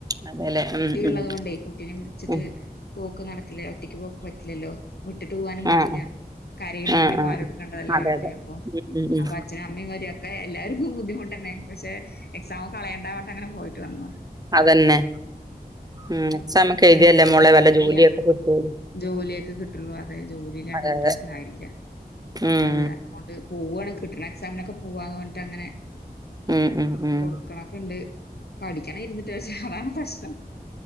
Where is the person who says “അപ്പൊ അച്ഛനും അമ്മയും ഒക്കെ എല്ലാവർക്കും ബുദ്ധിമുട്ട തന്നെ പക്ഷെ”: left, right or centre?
Left